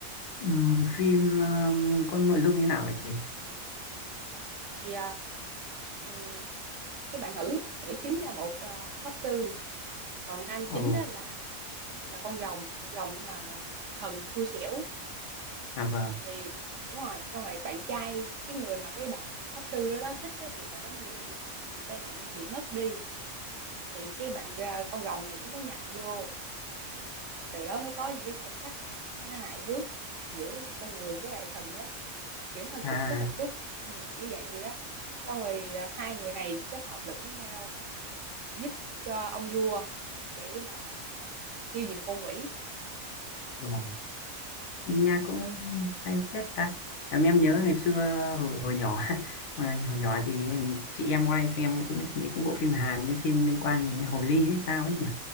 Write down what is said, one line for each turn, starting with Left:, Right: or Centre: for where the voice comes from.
Left: Ừ,
Right: ừ.
Left: phim
Right: ừ.
Left: um, có nội dung như nào vậy chị
Right: thì à, ừm, cái bạn nữ nữ chính là một à, pháp sư còn nam
Left: ồ
Right: chính á là là con rồng rồng nhưng mà là thần xui xẻo
Left: à vâng
Right: thì đúng rồi xong rồi bạn trai cái người mà cái bạn pháp sư đó, đó thích á, thì bạn đó bị bị tai nạn bị mất đi thì cái bạn à, con rồng này nó mới nhập vô thì từ đó mới có những cái khoảnh khắc nó hài hước giữa con người với lại thần á kiểu nó hơi cục
Left: à
Right: súc một chút ừ, kiểu dạng gì đó xong rồi à, hai người này sẽ hợp lực với nhau giúp cho ông vua để mà à, tiêu diệt một con quỷ
Left: vâng. nghe cũng hay phết ta làm em
Right: ừ,
Left: nhớ ngày xưa hồi, hồi nhỏ <laughs> mà hồi nhỏ thì chị em ngoài xem cũng những cũng bộ phim Hàn nên phim liên quan đến Hồ Ly hay sao ấy nhỉ